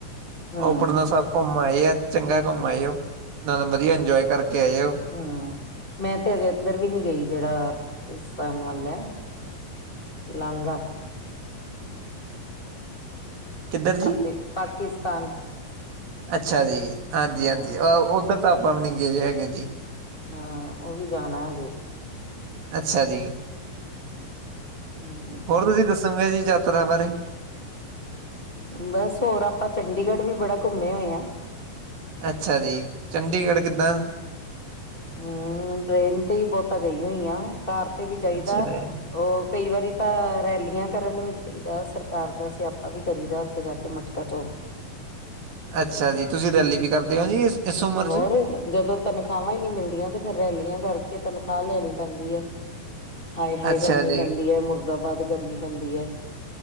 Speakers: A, on the left; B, on the right.
A: ਹਮ
B: ਓ ਪਟਨਾ ਸਾਬ ਘੁੰਮ ਆਏ ਆ, ਚੰਗਾ ਘੁੰਮ ਆਏ ਓ ਨਾਲੇ ਵਧੀਆ ਇੰਜੋਏ ਕਰਕੇ ਆਏ ਓ।
A: ਹੂੰ, ਮੈਂ ਤੇ ਹਜੇ ਏਧਰ ਵੀ ਨੀ ਗਈ, ਜਿਹੜਾ ਪਾਕਿਸਤਾਨ ਵੱਲ ਆ। ਲਾਨਗਾ।
B: ਕਿੱਧਰ ਜੀ
A: ਪਾਕੀ ਪਾਕਿਸਤਾਨ
B: ਅੱਛਾ ਜੀ, ਹਾਂਜੀ-
A: ਹਾਂ
B: ਹਾਂਜੀ‌ ਓ ਉੱਧਰ ਤਾਂ ਆਪਾਂ ਵੀ ਨੀਂ ਗਏ ਹੈਗੇ ਜੀ।
A: ਹਾਂ, ਉਵੀ ਜਾਨਾਂ ਹਜੇ
B: ਅੱਛਾ ਜੀ।
A: ਹੂੰ।
B: ਹੋਰ, ਤੁਸੀਂ ਦੱਸੋ ਭੈਜੀ ਯਾਤਰਾ ਬਾਰੇ
A: ਬੱਸ, ਹੋਰ ਆਪਾਂ ਚੰਡੀਗੜ੍ਹ ਵੀ ਬੜਾ ਘੁੰਮੇ ਹੋਏ ਆ।
B: ਅੱਛਾ ਜੀ, ਚੰਡੀਗੜ੍ਹ ਕਿੱਦਾਂ
A: ਹੂੰ, ਟ੍ਰਰੇਨ ਤੇ ਹੀ ਬਹੁਤਾ ਗਈ ਹੋਈ ਆਂ, ਕਾਰ ਤੇ ਵੀ ਜਾਈਦਾ।
B: ਅੱਛਾ ਜੀ
A: ਓ ਕਈ ਵਾਰੀ ਤਾਂ ਰੈਲੀਆਂ ਕਰਨ ਵੀ ਜਾਈਦਾ, ਸਰਕਾਰ ਦਾ ਸਿਆਪਾ ਵੀ ਕਰੀਦਾ। ਉੱਥੇ ਜਾਕੇ ਮਟਕਾ ਚੋਂਕ
B: ਅੱਛਾ ਜੀ, ਤੁਸੀਂ ਰੈਲੀ ਵੀ ਕਰਦੇ ਹੋ ਜੀ। ਇਸ ਉਮਰ
A: ਹੋਰ
B: 'ਚ
A: ਜਦੋਂ ਤਨਖਾਵਾਂ ਈ ਨਈ ਮਿਲਦੀਆਂ, ਤੇ ਫੇਰ ਰੈਲੀਆਂ ਕਰਕੇ ਤਨਖਾਹ ਲੈਨੀ ਪੈਂਦੀ ਏ। ਹਾਏ-ਹਾਏ
B: ਅੱਛਾ
A: ਕਰਨੀ
B: ਜੀ
A: ਪੈਂਦੀ ਏ, ਮੁਰਦਾਬਾਦ ਕਰਨੀ ਪੈਂਦੀ ਏ।